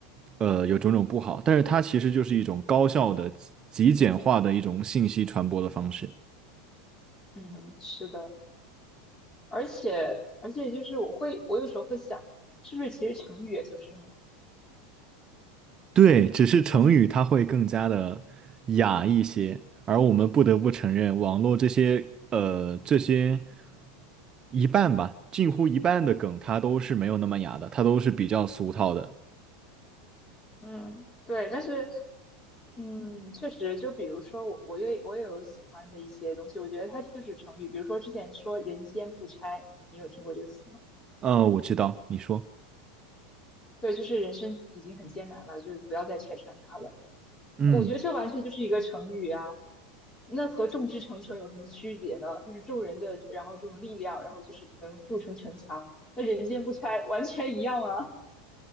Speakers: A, on the right; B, on the left.
A: 呃有种种不好，但是它其实就是一种高效的、极简化的一种信息传播的方式。
B: 嗯，是的，而且而且就是我会，我有时候会想，是不是其实成语也就是这么
A: 对，只是成语它会更加的雅一些，而我们不得不承认，网络这些呃这些一半吧，近乎一半的梗，它都是没有那么雅的，它都是比较俗套的。
B: 嗯，对，但是，嗯，确实，就比如说我，我也我也有喜欢的一些东西，我觉得它就是成语，比如说之前说“人间不拆”，你有听过这个词吗？
A: 呃，我知道，你说，
B: 对，就是人生已经很艰难了，就是不要再拆穿它了。
A: 嗯。
B: 我觉得这完全就是一个成语啊，那和众志成城有什么区别呢？就是众人的，然后这种力量，然后就是能筑成城墙，那人间不拆完全一样啊。